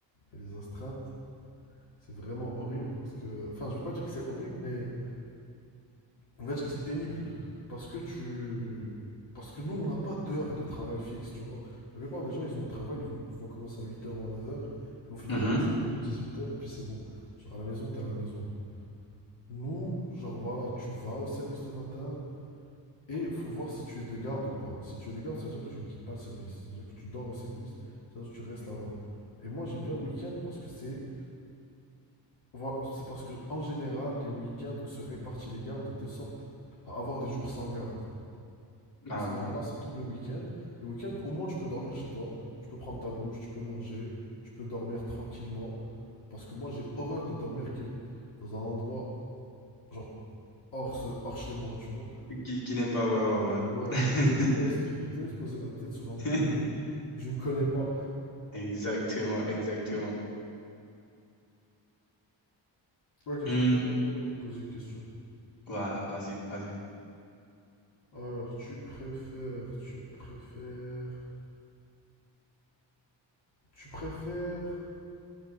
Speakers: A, on the left; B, on the left.
A: et les astreintes. C'est vraiment horrible parce que... Enfin, je vais pas dire que c'est horrible, mais on va dire que c'est pénible. Parce que tu... Parce que nous, on n'a pas d'heure de travail fixe, tu vois. La plupart des gens, ils ont un travail, ils vont, vont commencer à huit heures ou à neuf heures, ils vont finir
B: Mhm.
A: à dix 17h ou huit heures, et puis c'est bon. Genre, à la maison, t'es à la maison. Nous, genre voilà, tu vas au service le matin et faut voir si tu es de garde ou pas. Si tu es de garde, ça veut dire que je ne quitte pas le service. Ça veut dire que tu dors au service, ça veut dire que tu restes là-bas. Et moi, j'aime bien le week-end parce que c'est voilà, c'est parce que en général, les week-ends, on se répartit les gardes de telle sorte à avoir des jours sans garde.
B: Ah
A: Et ces
B: ouais.
A: jours-là, ça tombe les week ends Et week-end, au moins, tu peux dormir chez toi, tu peux prendre ta douche, tu peux manger, tu peux dormir tranquillement. Parce que moi, j'ai horreur de dormir quel- dans un endroit genre hors, ce- hors chez moi, tu vois.
B: Qui, qui n'aime pas, ouais, ouais,
A: Ouais, je
B: ouais.
A: déteste, genre, je déteste poser ma tête sur un oreiller
B: <laughs>
A: que, que je ne connais pas.
B: Exactement, exactement.
A: Ok,
B: Hmm,
A: je pense à mon tour de te poser une question.
B: Voilà, vas-y, vas-y.
A: Alors, tu préfères, tu préfères, tu préfères